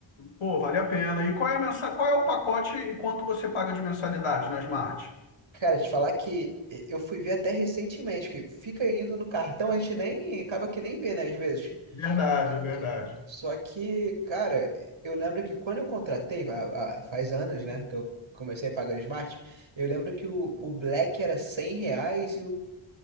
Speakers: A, on the left; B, on the right.
A: Pô, vale a pena. E qual é a mensa... qual é o pacote e quanto você paga de mensalidade na Smart?
B: Cara, te falar que eu fui ver até recentemente, que fica indo no cartão, a gente nem acaba que nem vê, né, às vezes.
A: Verdade,
B: Só
A: verdade.
B: que, só que, cara, eu lembro que quando eu contratei, fa- a- faz anos, né, que eu comecei pagando Smart, eu lembro que o, o Black era 100 reais